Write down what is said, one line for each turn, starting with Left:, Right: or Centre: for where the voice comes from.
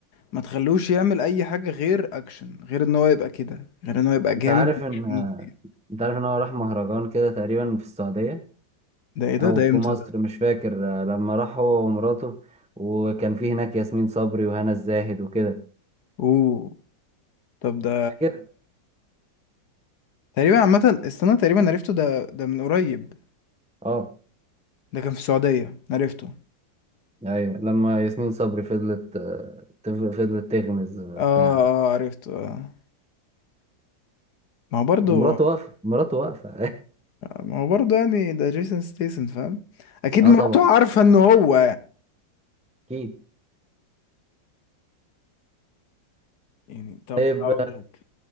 Left: ما تخلوش يعمل اي حاجه غير اكشن غير ان هو يبقى كده غير ان هو يبقى جامد
Centre: انت عارف
Left: مفيش
Centre: ان
Left: منه اتنين
Centre: انت عارف ان هو راح مهرجان كده تقريبا في السعوديه
Left: ده ايه ده
Centre: او
Left: ده
Centre: في
Left: امتى
Centre: مصر
Left: ده
Centre: مش فاكر آه، لما راح هو ومراته وكان في هناك ياسمين صبري وهنا الزاهد وكده
Left: اوه طب ده
Centre: فاكر
Left: تقريبا عامة استنى تقريبا عرفته ده ده من قريب
Centre: اه
Left: ده كان في السعودية عرفته
Centre: ايوه لما ياسمين صبري فضلت آه، تف- فضلت تغمز بتاع
Left: اه اه آه، عرفته اه ما هو برضه
Centre: ومراته واقفه مراته واقفه
Left: ما هو برضه يعني ده جيسون ستيسن فاهم اكيد
Centre: <laughs> اه
Left: مراته
Centre: طبعا
Left: عارفة ان هو
Centre: اكيد
Left: يعني طب
Centre: طيب
Left: هقولك
Centre: آه،